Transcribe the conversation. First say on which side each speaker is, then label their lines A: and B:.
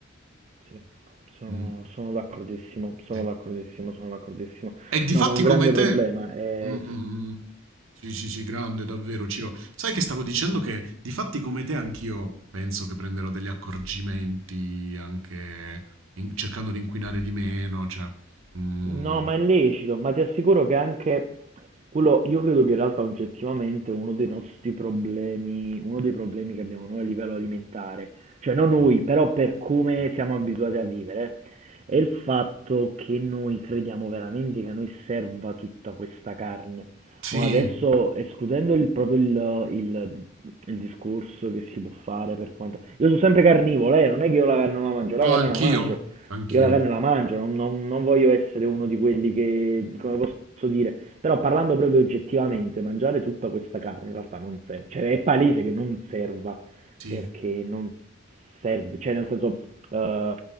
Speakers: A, on the right (about 35°); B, on the right (about 80°).
A: Sì, sono,
B: Mm,
A: sono d'accordissimo, sono
B: sì.
A: d'accordissimo, sono d'accordissimo.
B: E difatti
A: No, ma un
B: come
A: grande problema
B: te...
A: è
B: Mm, mm, mm. Sì, sì, sì, grande, davvero, Ciro. Sai che stavo dicendo che difatti come te anch'io penso che prenderò degli accorgimenti anche in- cercando di inquinare di meno, cioè... mm,
A: No, ma è lecito, ma ti assicuro che anche quello, io credo che in realtà oggettivamente uno dei nostri problemi, uno dei problemi che abbiamo noi a livello alimentare, cioè non noi, però per come siamo abituati a vivere, è il fatto che noi crediamo veramente che a noi serva tutta questa carne.
B: sì,
A: Ma adesso, escludendo il, proprio il, il- il discorso che si può fare per quanto... Io sono sempre carnivoro, eh, non è che io la carne non la mangio, la
B: no,
A: carne
B: anch'io,
A: la mangio,
B: anch'io.
A: io la carne la mangio, non, non- non voglio essere uno di quelli che, come posso dire, però parlando proprio oggettivamente, mangiare tutta questa carne in realtà non serve, cioè è palese che non serva,
B: Sì,
A: perché non serve, cioè nel senso, eh,